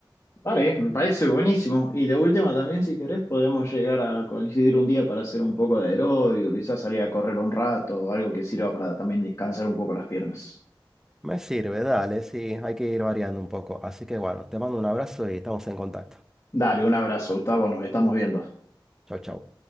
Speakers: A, on the left (about 35°); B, in the centre.
A: Vale, me parece buenísimo. Y de última también, si querés, podemos llegar a coincidir un día para hacer un poco de aeróbico, quizás salir a correr un rato, algo que sirva para también descansar un poco las piernas.
B: Me sirve, dale, sí, hay que ir variando un poco. Así que bueno, te mando un abrazo y estamos en contacto.
A: Dale, un abrazo,
B: Bueno,
A: Gustavo, nos estamos viendo.
B: Chau, chau.